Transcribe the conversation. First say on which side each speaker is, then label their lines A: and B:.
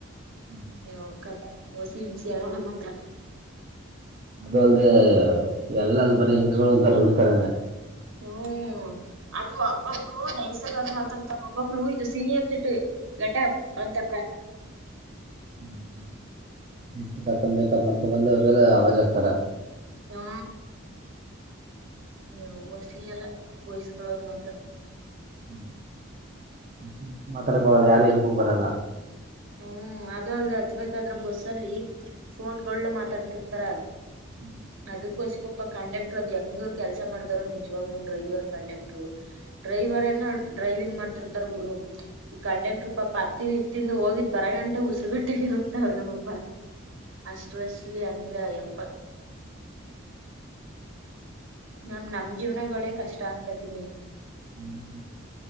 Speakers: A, on the right (about 35°); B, on the right (about 70°).
A: <inaudible>
B: ನೀ ಕ ಹಸಿ ಹಿಂಸಿ ಆಗಲ್ಲ ಮಾತ್ರ
A: ಅದ ಅಲ್ದೆ ಎಲ್ಲ ಅಲ್ಲಿ ಬರಿ ಹೆಂಗಸ್ ಅಂತ ರಡಿತಾರನೇ
B: ಹ್ಮ್ ಅದು ಹಬ್ಬೊಬ್ರು ನೈಸರ್ ಆದರು ಮಾತಾಡ್ತಾವ ಒಬ್ಬೊಬ್ರು ಇದು ಸೀನಿಯರ್ ಸಿಟಿ ಘಟ ಬಂತಪ್ಪಾ
A: ಹ್ಮ ಮೇಕಪ್ ಮಾಡ್ಕೊ ಬಂದ ಅವ್ರಿಗೆಲ್ಲ ಆವಾಜ್ ಆಗ್ತಾರ
B: ಹಾ ನೀ ವಸಿಿಯಲ್ಲ ಬಯಸ್ಕೊಳ್ಳೋದ್ ಮಾತ್ರ
A: ಹ್ಮ್ ಮಾತಾಡಕೋಗಲ್ಲ ಯಾರು
B: ಅದ
A: ಎಲ್ಪು ಬರಲ್ಲ
B: ಹ್ಮ್ ಅದು ಅಲ್ ಹತ್ಬೇಕಾದ್ರೆ ಬಸ್ಸಲ್ಲಿ ಫೋನ್ ಗಳುು ಮಾತಾಡ್ತಿರ್ತಾರ
A: ಹ್ಞೂ
B: ಅದಕ್ಕೋಸಪಪ್ಪ ಕಂಡಕ್ಟರ್ ಅದ್ ಹೆಂಗ ಕೆಲ್ಸ ಮಾಡ್ದಾರೋ ನಿಜ್ವಾಗ್ರು ಡ್ರೈವರ್ ಕಂಡಕ್ಟ್ರು ಡ್ರೈವರ್ ಏನ ಡ್ರೈವಿಂಗ್ ಮಾಡ್ತಿರ್ತಾರ ಬಿಡು ಈಗ ಕಂಡಕ್ಟರ್ ಪಾಪ ಹತ್ತಿನಿ ಇ ತಿಿಂದ ಹೋಗಿದ್ ಬರ ಗಂಟೆ ಉಸಿರುಗಟ್ಟಗ ಇರುತ್ತೆ ಅವ್ರಗಮ್ಮಾ ಅಷ್ಟ ಬಸ್ಲಿ ಹಂಗಪ್ಪ ನಮ ನಮ್ ಜೀವನಗಳೇ ಕಷ್ಟ ಅನ್ಕತಿ ಮಿ
A: ಸಂಡೆ